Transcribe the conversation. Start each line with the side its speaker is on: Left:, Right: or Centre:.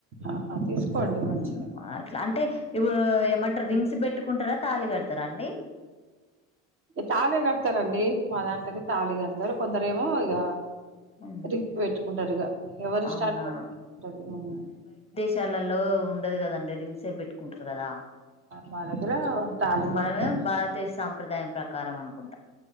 Right: ఆహా తీసుకోండి
Left: అవునా
Right: మంచిగా
Left: ఆ అట్లా అంటే ఇప్పుడు ఏమంటారు రింగ్స్ పెట్టుకుంటారా తాళి కడ్తారా అండి
Right: తాళే కడ్తారండి మా దాంట్లో అయితే తాళి కడతారు కొందరేమో ఇగ
Left: హ్మ్
Right: రింగ్ పెట్టుకుంటారు ఇగ ఎవరు
Left: అవునా
Right: స్టార్ పట్టి ఉంటాది మ్మ్
Left: శాలల్లో ఉండదు కదండి రింగ్సే పెట్టు కుంటురు కదా
Right: మా దగ్గర తాళి
Left: మనమే
Right: కడతారు
Left: భారతదేశ సాంప్రదాయం ప్రకారం అనుకుంటా,